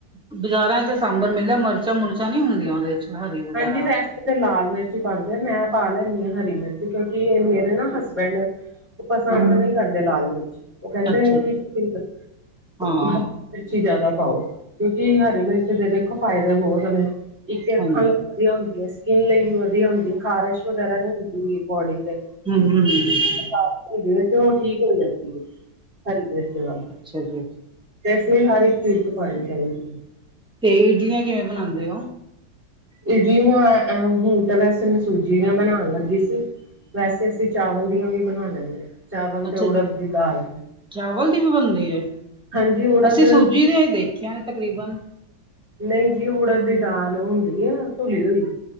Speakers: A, in the centre; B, on the right (about 35°).
A: ਬਾਜ਼ਾਰਾਂ ਚ ਤਾਂ ਸਾਂਬਰ ਮਿਲਦਾ ਮਿਰਚਾਂ ਮੁਰਚਾਂ ਨੀ ਹੁੰਦੀਆਂ ਉਹਦੇ ਚ। ਹਰੀ ਵਗੈਰਾ
B: ਹਾਂਜੀ ਵੈਸ ਲਾਲ ਮਿਰਚ ਹੀ ਪਾਂਦੇ ਆ ਮੈਂ ਪਾ ਲੈਂਦੀ ਹਾਂ ਹਰੀ ਮਿਰਚ ਕਿਉਂਕਿ ਇਹ ਮੇਰੇ ਨਾ ਹਸਬੈਂਡ ਉਹ ਪਸੰਦ ਨਹੀਂ ਕਰਦੇ ਲਾਲ ਮਿਰਚ ਉਹ ਕਹਿੰਦੇ
A: ਅੱਛਾ ਅੱਛਾ
B: ਕਿ ਤੁਸੀਂ,
A: ਹਾਂ
B: ਮਿਰਚੀ ਜਿਆਦਾ ਪਾਓ ਕਿਉਂਕਿ ਹਰੀ ਮਿਰਚ ਦੇ ਦੇਖੋ ਫਾਇਦੇ ਬਹੁਤ ਨੇ ਇੱਕ ਅੱਖਾਂ
A: ਹਾਂਜੀ
B: ਨੂੰ ਵਧੀਆ ਹੁੰਦੀ ਐ ਸਕਿਨ ਲਈ ਵੀ ਵਧੀਆ ਹੁੰਦੀ ਹੈ ਖਾਰਸ਼ ਵਗੈਰਾ ਨਹੀਂ ਹੁੰਦੀ ਬੋਡੀ ਤੇ।
A: ਹਮ ਹਮ
B: <unintelligible> ਤੇ ਉਹ ਠੀਕ ਹੋ ਜਾਂਦੀ ਐ ਹਰੀ ਮਿਰਚ ਨਾਲ।
A: ਅੱਛਾ ਜੀ,
B: ਇਸ ਲਈ ਹਰ ਇੱਕ ਚੀਜ਼ ਚ ਪਾਣੀ ਚਾਹੀਦੀ ਆ।
A: ਤੇ ਇਡੀਆਂ ਕਿਵੇਂ ਬਣਾਂਦੇ ਓ।
B: ਇਡਲੀਆਂ ਹੁਣ ਤਾਂ ਵੈਸੇ ਮੈਂ ਸੂਜੀ ਦੀ ਬਣਾਣ ਲੱਗੀ ਸੀ। ਵੈਸੇ ਅਸੀਂ ਚਾਵਲ ਦੀਆਂ ਵੀ ਬਣਾ ਲੈਣੇ ਆ। ਚਾਵਲ
A: ਅੱਛਾ
B: ਤੇ ਉੜਦ ਦੀ ਦਾਲ
A: ਚਾਵਲ ਦੀ ਵੀ ਬਣਦੀ ਹੈ
B: ਹਾਂਜੀ ਊੜਦ
A: ਅਸੀਂ ਸੂਜੀ ਦੇ ਦੇਖਿਆ ਨੇ ਤਕਰੀਬਨ
B: ਨਹੀਂ ਜੀ, ਉੜਦ ਦੀ ਦਾਲ ਉਹ ਹੁੰਦੀ ਆ ਧੁਲੀ ਹੋਈ,